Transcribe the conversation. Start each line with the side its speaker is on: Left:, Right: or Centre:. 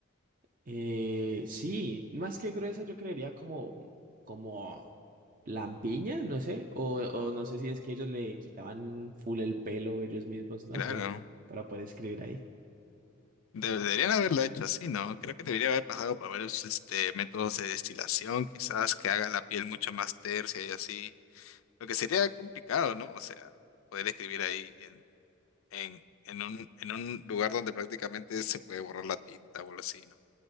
Right: Eh, sí, más que gruesa, yo creería como, como lampiña, no sé, o, o no sé si es que ellos le quitaban full el pelo ellos mismos, no
Left: Claro.
Right: sé, para poder escribir ahí.
Left: Deberían haberlo hecho así, ¿no? Creo que debería haber pasado por varios este, métodos de destilación, quizás que haga la piel mucho más tersa y así. Lo que sería complicado, ¿no? O sea, poder escribir ahí en, en, en un, en un lugar donde prácticamente se puede borrar la tinta o algo así, ¿no?